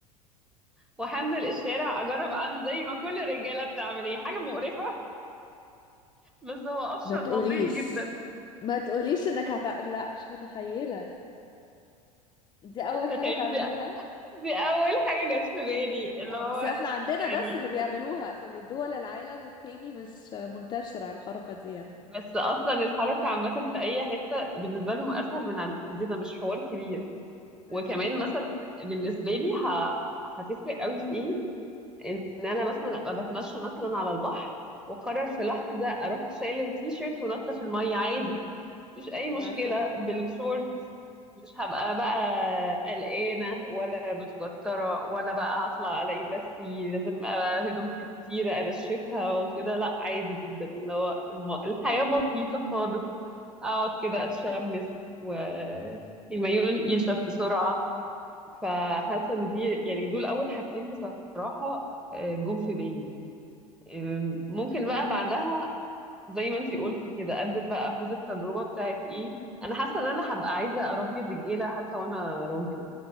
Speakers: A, in the centre; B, on the left.
A: وهنزل الشارع اجرب اعمل زي ما كل الرجاله بتعمل هي حاجه مقرفه <laughs> بس هو اوبشن
B: ما تقوليش
A: لطيف جدا
B: ما تقوليش انك هت... لا مش متخيلة دي اول
A: تخيلي
B: حاجة تعمليها
A: دي, دي اول حاجه جت في بالي اللي
B: اه
A: هو
B: بس احنا عندنا
A: يعني
B: بس اللي بيعملوها في دول العالم التاني مش منتشرة الحركة دي
A: بس اصلا الحركه عامه في اي حته بالنسبه لهم اسهل من عندنا مش حوار كبير
B: آه،
A: وكمان مثلا بالنسبه لي ه... هتفرق قوي في ايه ان انا مثلا ابقى بتمشى مثلا على البحر وقرر في لحظه اروح شايله التيشيرت ونطه في الميه عادي مفيش اي
B: مثلا
A: مشكله بالشورت
B: آه.
A: مش هبقى بقى قلقانه ولا متوتره ولا بقى هطلع الاقي نفسي لازم أبقى هدوم كتيره انشفها وكده لا عادي جدا اللي هو الم- الحياه بسيطه خالص اقعد كده اتشمس والمايو ينشف بسرعه فحاسه ان دي يعني دول اول حاجتين بصراحه آه، جم في بالي آم، ممكن بقى بعدها زي ما انتي قلتي كده انزل بقى اخد التجربه بتاعت ايه انا حاسه ان انا هبقى عايزه اربي الرجاله حتى وانا راجل